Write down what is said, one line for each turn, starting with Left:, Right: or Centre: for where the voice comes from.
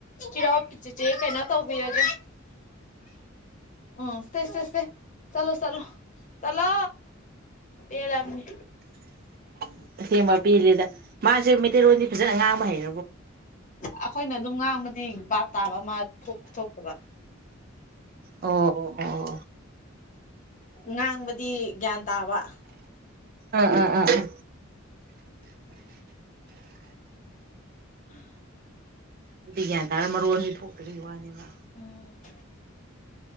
Left: ꯄꯤꯔꯣ ꯆꯦꯆꯦ ꯀꯩꯅꯣ ꯇꯧꯕꯤꯔꯒꯦ ꯎꯝ ꯁꯦ ꯁꯦ ꯁꯦ ꯆꯠꯂꯣ ꯆꯠꯂꯣ ꯆꯠꯂꯣ ꯄꯦꯜꯂꯕꯅꯤ
Right: <unintelligible> ꯄꯦꯜꯂꯦꯗꯥ ꯃꯥꯁꯦ ꯔꯣꯟꯗꯤ ꯐꯖꯅ ꯉꯥꯡꯕ ꯍꯩ
Left: ꯑꯩꯈꯣꯏꯅ ꯑꯗꯨꯝ ꯉꯥꯡꯕ ꯗꯤ ꯕꯥꯞ ꯇꯥꯕ ꯃꯥ ꯊꯣꯛꯇꯤ ꯊꯣꯛꯇꯕ
Right: ꯑꯣ ꯑꯣ ꯑꯣ
Left: ꯉꯥꯡꯕꯗꯤ ꯒ꯭ꯌꯥꯟ ꯇꯥꯕ
Right: ꯑꯥ ꯑꯥ ꯑꯥ ꯑꯥ
Left: <unintelligible>
Right: ꯒ꯭ꯌꯥꯟ ꯇꯥꯔꯥ ꯃꯔꯣꯟꯗꯤ ꯊꯣꯛꯇꯥꯕꯩ ꯋꯥꯅꯦꯕ
Left: ꯎꯝ